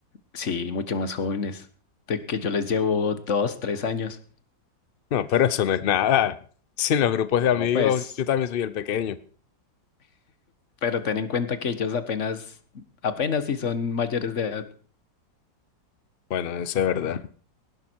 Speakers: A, on the left; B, on the left.
A: Sí, mucho más jóvenes. De que yo les llevo dos, tres años.
B: No, pero eso no es nada. <laughs> Sin los grupos
A: No,
B: de amigos,
A: pues,
B: yo también soy el pequeño.
A: pero ten en cuenta que ellos apenas, apenas si son mayores de edad.
B: Bueno, eso es verdad.